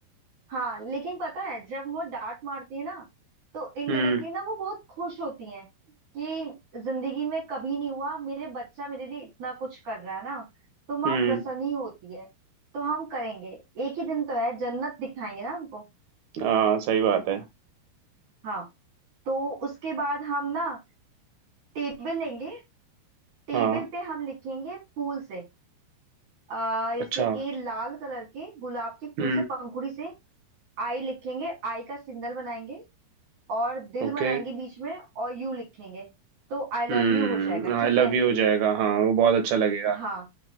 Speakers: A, on the right (about 45°); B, on the right (about 65°).
A: हाँ लेकिन पता है जब वो डांट मारती है ना तो इनडायरेक्टली
B: हम्म
A: ना वो बहुत खुश होती हैं कि जिंदगी में कभी नहीं हुआ मेरे बच्चा मेरे लिए इतना कुछ कर रहा है ना तो माँ
B: हम्म
A: प्रसन्न ही होती है तो हम करेंगे एक ही दिन तो है जन्नत दिखाएंगे ना हमको
B: हाँ सही बात है
A: हाँ तो उसके बाद हम ना टेबल लेंगे टेबल
B: हाँ
A: पे हम लिखेंगे फूल से आ, जैसे
B: अच्छा
A: कि लाल कलर के गुलाब के फूल
B: हम्म
A: से पंखुड़ी से आई लिखेंगे आई का सिग्नल बनाएंगे और दिल
B: ओके
A: बनाएंगे बीच में और यू लिखेंगे तो आई लव
B: हम्म
A: यू हो जाएगा
B: आई
A: ठीक
B: लव
A: है
B: यू हो जाएगा हाँ वो बहुत अच्छा लगेगा
A: हाँ